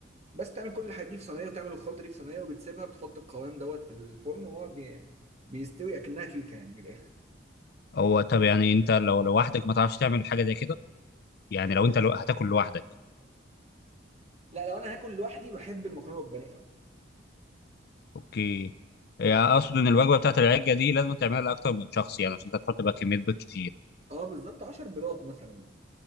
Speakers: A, on the right; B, on the left.
A: بس تعمل كل الحاجات دي في صينيه وتعمل الخلطه دي في صينيه وبتسيبها بتحط القوام دوت في الفرن وهو بي... بيستوي اكنها كيكه يعني من الاخر
B: هو طب يعني انت لو لوحدك ما تعرفش تعمل حاجه زي كده يعني لو انت لو هتاكل لوحدك
A: لا لو انا هاكل لوحدي بحب المكرونه بالبانيه قوي
B: اوكي يعني اقصد ان الوجبه بتاعت العجه دي لازم تعملها لاكتر من شخص يعني عشان انت تحط بقى كميه بيض كتير
A: اه بالظبط 10 بيضات مثلا